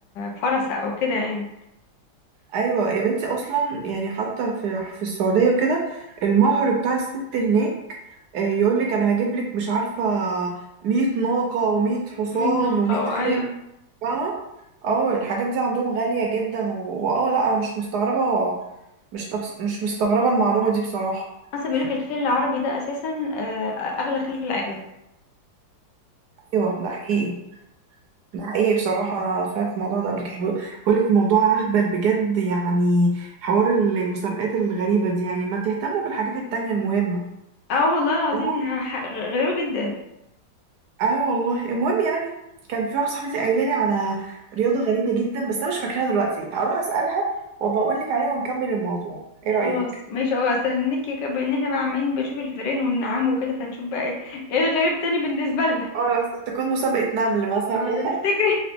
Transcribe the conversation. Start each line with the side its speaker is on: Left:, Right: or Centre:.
Left: فرسه او كده يعني
Right: ايوه يا بنتي اصلا يعني حتى في في السعوديه وكده المهر بتاع الست هناك آه، يقولك انا هجيب لك مش عارفه 100 ناقه و100 حصان
Left: 100 ناقه او
Right: و100 خيل
Left: ايوه
Right: بقى اه الحاجات دي عندهم غالية جدا و- واه لا انا مش مستغربة مش تغس... مش مستغربة المعلومة دي بصراحة
Left: اصلا بيقولك الخيل العربي
Right: يعني
Left: ده اساسا آه، اغلى خيل في العالم
Right: ايوه ده حقيقي ده حقيقي بصراحة انا سمعت الموضوع ده قبل كده بقول لك الموضوع اهبل بجد يعني حوار المسابقات الغريبة دي يعني ما تهتموا بالحاجات التانية المهمة
Left: اه والله العظيم
Right: المهم
Left: يعني، ح- غريبه جدا
Right: ايوه والله المهم يعني كان في واحدة صاحبتي قايلة لي على رياضة غريبة جدا بس انا مش فاكراها دلوقتي هروح اسألها وبقول لك عليها ونكمل الموضوع ايه رأيك؟
Left: خلاص ماشي اه استنيك كده بان احنا بقى عمالين بنشوف الفيران والنعام وكده فنشوف بقى ايه ايه الغريب تاني بالنسبة لها
Right: اه لا تكون مسابقة نمل مثلا
Left: أما
Right: <laughs>
Left: تفتكري